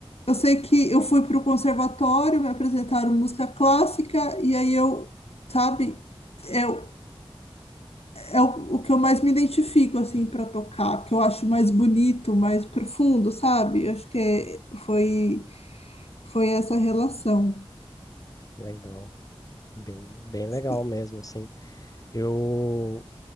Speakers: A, on the left; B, on the left.
A: Eu sei que eu fui para o conservatório, me apresentaram música clássica, e aí eu, sabe, é, o- é o, o que eu mais me identifico, assim, para tocar, que eu acho mais bonito, mais profundo, sabe? Eu Acho que é- foi, foi essa relação.
B: Legal. Bem, bem legal
A: E-
B: mesmo, assim. Eu,